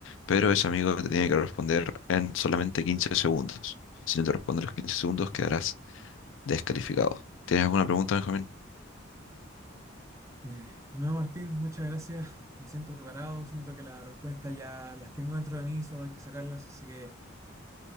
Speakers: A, on the left; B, on the right.
A: pero ese amigo te tiene que responder en solamente 15 segundos. Si no te responde en los 15 segundos, quedarás descalificado. ¿Tienes alguna pregunta, Benjamín?
B: Eh, no, Martín, muchas gracias. Me siento preparado, siento que las respuestas ya las tengo dentro de mí, solo hay que sacarlas, así que